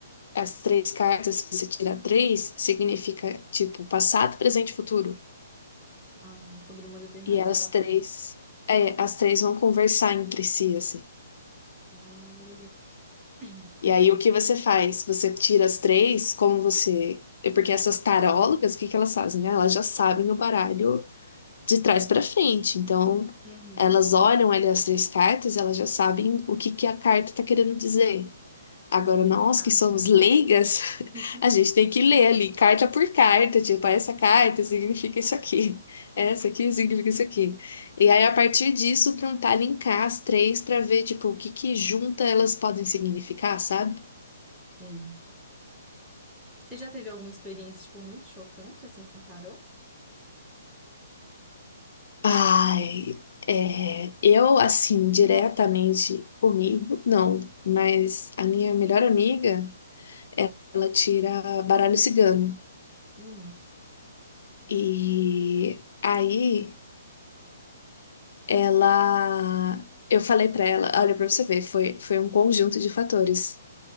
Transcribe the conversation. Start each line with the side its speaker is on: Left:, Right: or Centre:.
Left: as três cartas, se você tirar três, significa tipo passado, presente e futuro.
Centre: Ah, sobre uma determinada
Left: E elas
Centre: situação.
Left: três, é, as três vão conversar entre si, assim.
Centre: Ah, legal.
Left: E
Centre: Legal.
Left: aí o que você faz? Você tira as três, como você. é Porque essas tarólogas, o que que elas fazem, né? Elas já sabem o baralho de trás para frente. Então,
Centre: Uhum.
Left: elas olham ali as três cartas, elas já sabem o que que a carta tá querendo dizer. Agora,
Centre: Significado,
Left: nós que somos
Centre: né?
Left: leigas, <laughs>
Centre: <laughs>
Left: a gente tem que ler ali, carta por carta, tipo, ah, essa carta significa isso aqui, essa aqui significa isso aqui. E aí, a partir disso, tentar linkar as três para ver, tipo, o que que junta elas podem significar, sabe?
Centre: Ei. E você já teve alguma experiência, tipo, muito chocante, assim, com tarô?
Left: Ai, é, eu, assim, diretamente comigo, não, mas a minha melhor amiga, ela tira baralho cigano.
Centre: Hum,
Left: E aí. Ela, eu falei pra ela, olha, pra você ver, foi, foi um conjunto de fatores.